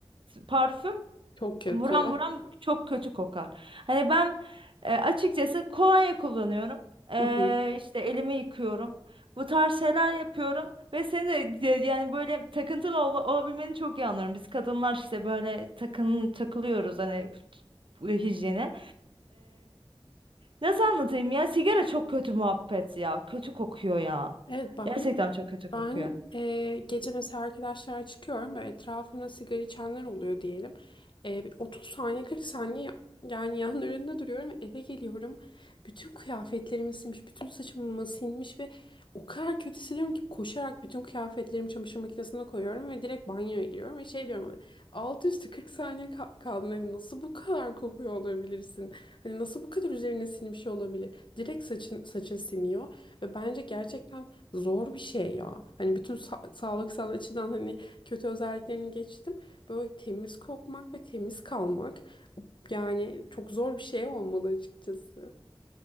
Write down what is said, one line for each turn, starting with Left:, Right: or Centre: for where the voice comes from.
Right: parfüm
Left: Çok kötü.
Right: Buram buram çok kötü kokar. Hani ben e, açıkçası kolonya kullanıyorum. E,
Left: Hı hı.
Right: işte elimi yıkıyorum. Bu tarz şeyler yapıyorum ve seni de de- yani böyle takıntılı ol, olabilmeni çok iyi anlıyorum. Biz kadınlar işte böyle takın takılıyoruz hani bu hijyene. Nasıl anlatayım ya? Sigara çok kötü muhabbet ya. Kötü kokuyor ya.
Left: Evet bahane
Right: Gerçekten çok kötü
Left: Ben
Right: kokuyor.
Left: eee, gece mesela arkadaşlar çıkıyorum ve etrafımda sigara içenler oluyor diyelim. Eee, bir 30 saniye 40 saniye ya- yani yanlarında duruyorum ve eve geliyorum. Bütün kıyafetlerimi silmiş, bütün saçımı silmiş ve o kadar kötü hissediyorum ki koşarak bütün kıyafetlerimi çamaşır makinesine koyuyorum ve direkt banyoya giriyorum ve şey diyorum hani, altı üstü 40 saniye ka kaldın hani nasıl bu kadar kokuyor olabilirsin? Hani nasıl bu kadar üzerine silmiş olabilir? Direkt saçın saçın siniyor. Ve bence gerçekten Zor bir şey ya. Hani bütün sa- sağlıksal açıdan hani kötü özelliklerini geçtim. Böyle temiz kokmak ve temiz kalmak yani çok zor bir şey olmalı açıkçası.